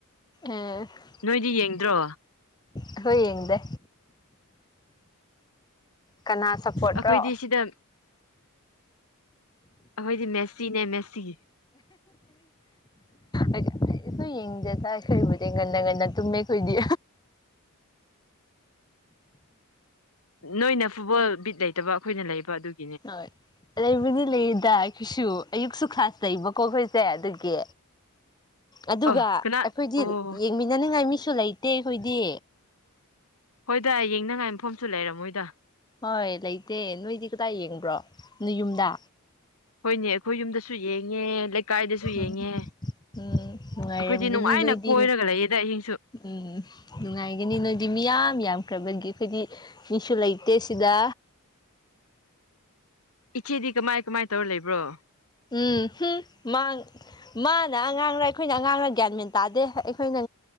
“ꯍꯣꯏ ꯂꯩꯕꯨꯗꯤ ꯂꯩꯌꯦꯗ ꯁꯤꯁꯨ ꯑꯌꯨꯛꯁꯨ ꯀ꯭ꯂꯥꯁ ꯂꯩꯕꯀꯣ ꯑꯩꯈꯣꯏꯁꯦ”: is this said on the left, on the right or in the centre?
Left